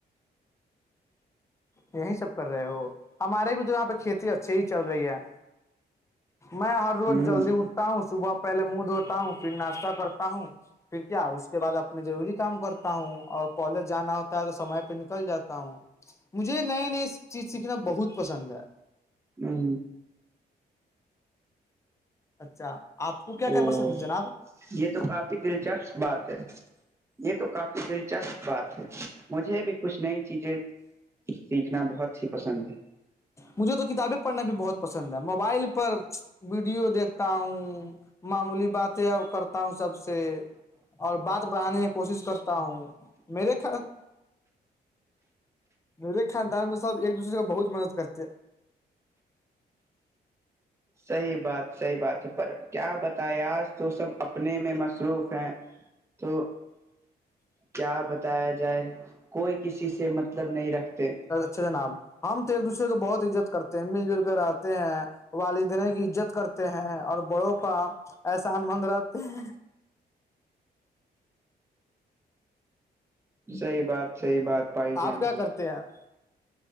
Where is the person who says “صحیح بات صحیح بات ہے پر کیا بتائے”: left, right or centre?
Right